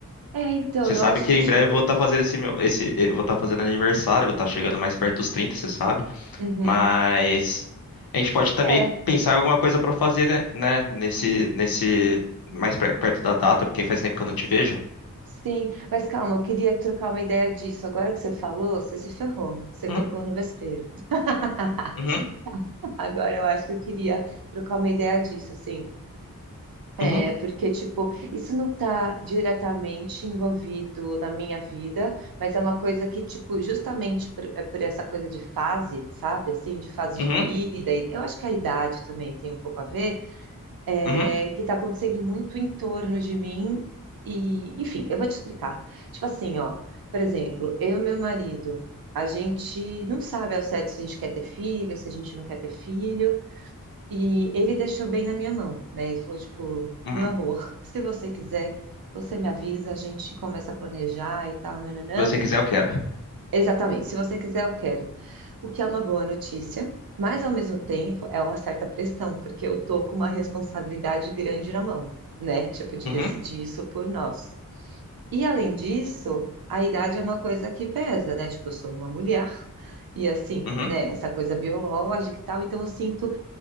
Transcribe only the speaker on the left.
você
sabe
que
em
breve eu vou estar fazendo esse meu esse eu vou estar fazendo aniversário, eu vou estar chegando mais perto dos 30 você sabe?
Mas a gente pode também
pensar em alguma coisa para fazer, né, né, nesse nesse mais per- perto da data, porque faz tempo que eu não te vejo.
Uhum,
uhum,
uhum,
uhum,
uhum,
uhum.
Se você quiser, eu quero.
Uhum,
uhum,